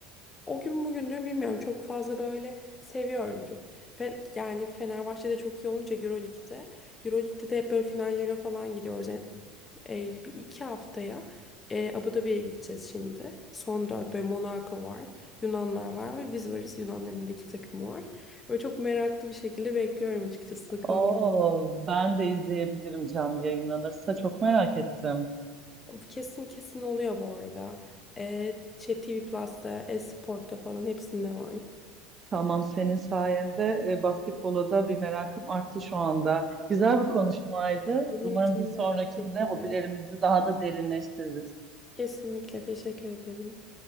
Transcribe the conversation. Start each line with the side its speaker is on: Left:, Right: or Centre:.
Left: O gün bugündür bilmiyorum çok fazla böyle seviyorum çok. Fe- yani Fenerbahçe'de çok iyi olunca Euroleague'de. Euroleague'de de hep böyle finallere falan gidiyoruz. E, e, bir iki haftaya e, Abu Dhabi'ye gideceğiz şimdi. Son dört böyle Monaco var, Yunanlar var ve biz varız. Yunanların da iki takımı var. Böyle çok meraklı bir şekilde bekliyorum açıkçası. Bakalım
Right: Oo,
Left: ne olacak.
Right: ben de izleyebilirim canlı yayınlanırsa çok merak ettim.
Left: Kesin kesin oluyor bu arada. E, şey TV Plus'ta, e-Sport'ta falan hepsinde var.
Right: Tamam senin sayende e, basketbola da bir merakım arttı şu anda. Güzel
Left: <laughs>
Right: bir konuşmaydı.
Left: Benim
Right: Umarım
Left: için
Right: bir sonrakinde
Left: de aynı şekilde.
Right: hobilerimizi daha da derinleştiririz.
Left: Kesinlikle teşekkür ederim.